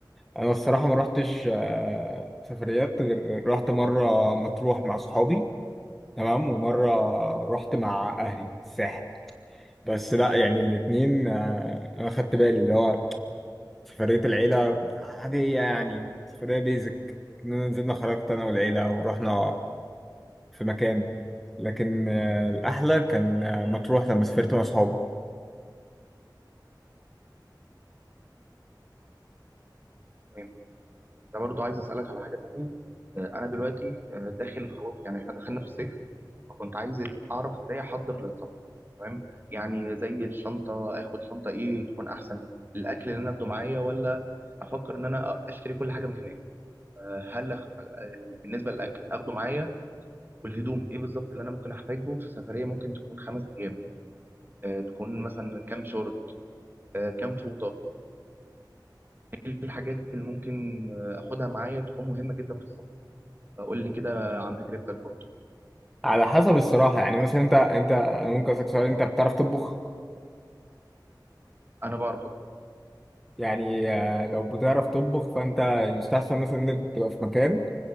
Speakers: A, in the centre; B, on the right (about 30°).
A: انا الصراحه ما رحتش آه، سفريات غير رحت مره مطروح مع اصحابي تمام ومره رحت مع اهلي الساحل بس لا يعني الاتنين آه، انا خدت بالي اللي هو في فرقة العيلة عادية يعني فرقة بيزك إننا نزلنا خرجت أنا والعيلة ورحنا في مكان لكن آه، الأحلى كان آه، مطروح لما سافرت مع أصحابي
B: تمام انت برضو عايز اسالك على حاجه تانية آه، انا دلوقتي آه، داخل خلاص يعني احنا دخلنا في الصيف فكنت عايز اعرف ازاي احضر للسفر تمام يعني زي الشنطه اخد شنطه ايه تكون احسن الاكل اللي انا اخده معايا ولا افكر ان انا اشتري كل حاجه من هناك آه، هل أخ... آه، بالنسبه للاكل اخده معايا والهدوم ايه بالظبط اللي انا ممكن احتاجه في سفريه ممكن تكون خمس ايام آه تكون مثلا كام شورت آه كام فوطه ايه الحاجات اللي ممكن آه اخدها معايا تكون مهمه جدا في السفر فقول لي كده عن تجربتك برضه
A: على حسب الصراحة يعني مثلا أنت أنت أنا ممكن أسألك سؤال أنت بتعرف تطبخ؟
B: انا بعرف أطبخ.
A: يعني آه، لو بتعرف تطبخ فأنت يستحسن مثلا إن أنت تبقى في مكان